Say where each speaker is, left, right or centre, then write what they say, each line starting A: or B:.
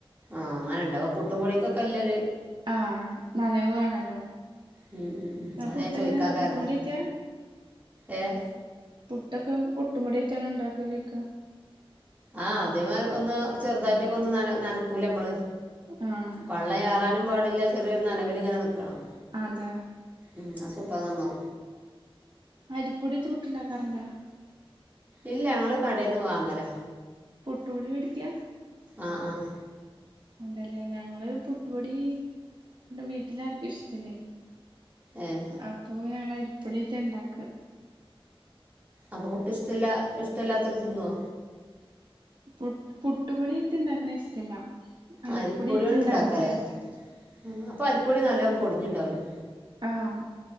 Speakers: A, on the right (about 20°); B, on the right (about 50°).
A: ആഹ്ങ്ങന്ണ്ടാവ പുട്ടും പൊടിക്കൊക്കെല്ലര്
B: ആഹ് നനവ് വേണല്ലോ
A: ഉം ഉം ഉം
B: ഇങ്ങളെ
A: അത
B: പുട്ട്
A: ഞൻ ചോയ്ക്കാ
B: എങ്ങനെണ്ടാ
A: കാർണം
B: പുട്ടും പൊടിയാറ്റാ
A: ഏഹ്
B: പുട്ടക്കെ പൊട്ടുപൊടിറ്റാണ് ണ്ടാക്കല്ക്കെ
A: ആഹ് അതേമാ ഒന്ന് ചെറുതായിട്ടൊക്കെ ഒന്ന് നനക്കൂല നമ്മള്
B: ആഹ്
A: വള്ളയറാനും പാടില്ല ചെറിയൊരു നനവിലിങ്ങനെ നിക്കണം
B: അതെ
A: ഉം അസൂപ്പ നന്നോ
B: അരിപ്പൊടിച്ച് പുട്ട്ണ്ടാക്കാറുണ്ടോ
A: ഇല്ലങ്ങള് കടെന്ന് വാങ്ങല
B: പുട്ട് പൊടി മെടിക്ക
A: ആഹ് ആഹ്
B: അതെല്ലേ ഞങ്ങള് പുട്ടുപൊടി വീട്ടിലർക്കു ഇഷ്ടല്ലേ
A: ഏഹ്
B: അപ്പോ ഞങ്ങൾ അരിപ്പൊടിറ്റണ്ടാക്ക
A: അപ്പൊ പുട്ടിഷ്ട്ല്ല ഇഷ്ടല്ലാത്തൊരു തിന്വൊ
B: പുട് പുട്ടുപൊടി ഇറ്റിണ്ടാക്കണ ഇഷ്ടല്ല അരിപ്പൊടിയായിട്ട്
A: അരിപ്പൊടി കൊണ്ട്ണ്ടാക്കല്ലേ
B: ഉണ്ടാക്കണതാ ഇഷ്ടം
A: ആഹ് അപ്പോ അരിപ്പൊടി നല്ലോം പൊടിഞ്ണ്ടാവ്ല്ലെ
B: ആഹ്